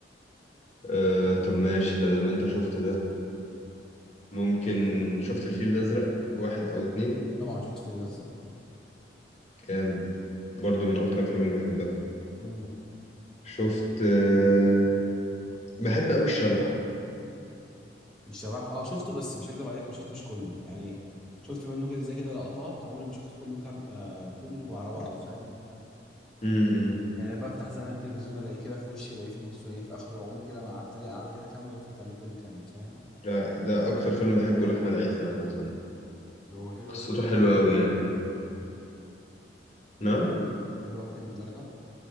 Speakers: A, on the left (about 40°); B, in the centre.
A: أه طب ماشي بدل ما انت شفت ده ممكن شفت الفيل الازرق واحد او اتنين
B: طبعا شفت الفيل الازرق
A: جامد برضو من اكتر الافلام اللي بحبها
B: امم
A: شفت آه، بحب أوي الشبح
B: الشبح اه شفته بس مش هكدب عليك ما شفتوش كله يعني شفت منه كده زي كده لقطات عمري ما شفته كله كام آه كله على بعضه فاهم
A: امم
B: يعني بفتح زمان التلفزيون الاقيه كده في وشي الاقيه في نصه الاقيه في اخره عمري كده ما قعدت ليه قعده كده كامله واتفرجت عليه كله كامل فاهم
A: لا ده أكتر فيلم بحبه لأحمد عز عامة
B: هو حلو
A: قصته
B: قوي كده الدرجه
A: حلوة
B: دي
A: أوي يعني نعم
B: حلو قوي كده الدرجه